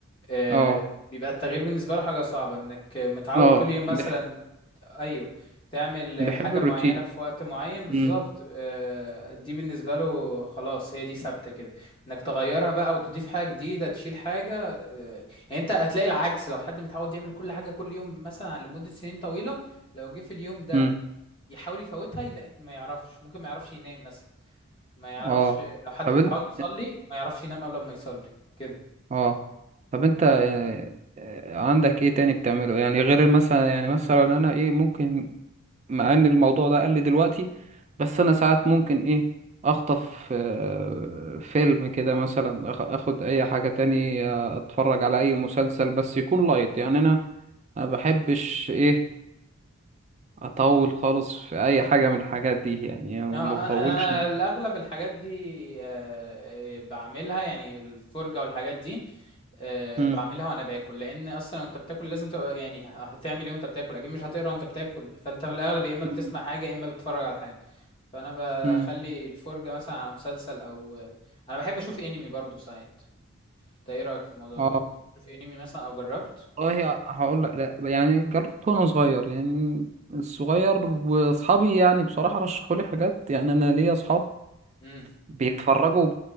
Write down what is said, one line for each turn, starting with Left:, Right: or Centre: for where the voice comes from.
Left: آه،
Right: اه
Left: بيبقى التغيير بالنسبة له حاجة صعبة انك متعود
Right: اه
Left: كل يوم مثلا
Right: دي ح-
Left: ايوه تعمل
Right: بحب
Left: حاجة
Right: الروتين
Left: معينة في وقت معين بالظبط
Right: مم.
Left: آه، دي بالنسبة له خلاص هي دي ثابتة كده انك تغيرها بقى وتضيف حاجة جديدة تشيل حاجة آه، يعني انت هتلاقي العكس لو حد متعود يعمل كل حاجة كل يوم مثلا لمدة سنين طويلة لو جه في اليوم ده
Right: مم.
Left: يحاول يفوتها يلاقي ما يعرفش ممكن ما يعرفش ينام مثلا ما يعرفش
Right: اه
Left: لو حد
Right: طب
Left: متعود
Right: انت
Left: يصلي ما يعرفش ينام قبل ما يصلي كده
Right: اه طب انت آه، آه، عندك ايه تاني بتعمله يعني غير مثلا يعني مثلا انا ايه ممكن مع ان الموضوع ده قل دلوقتي بس انا ساعات ممكن ايه اخطف آه، فيلم كده مثلا أخ- اخد اي حاجة تاني آه، اتفرج على اي مسلسل بس يكون لايت يعني انا ما بحبش ايه اطول خالص في اي حاجة من الحاجات دي يعني ما
Left: اه انا
Right: بطولش
Left: الاغلب الحاجات دي آه، بعملها يعني الفرجه والحاجات دي آه،
Right: مم.
Left: بعملها وانا باكل لان اصلا وانت بتاكل لازم تبقى يعني هتعمل ايه وانت بتاكل اكيد مش هتقرا وانت بتاكل فانت في الاغلب يا اما
Right: مم.
Left: بتسمع حاجه يا اما بتتفرج على حاجه فانا
Right: مم.
Left: بخلي الفرجه مثلا على مسلسل او انا بحب اشوف انمي برضو ساعات انت ايه رايك في الموضوع
Right: اه
Left: ده بت- بتشوف انمي مثلا او جربت
Right: والله هقول لك لا يعني جربت وانا صغير يعني الصغير واصحابي يعني بصراحة رشحوا لي حاجات يعني انا ليا اصحاب
Left: امم
Right: بيتفرجوا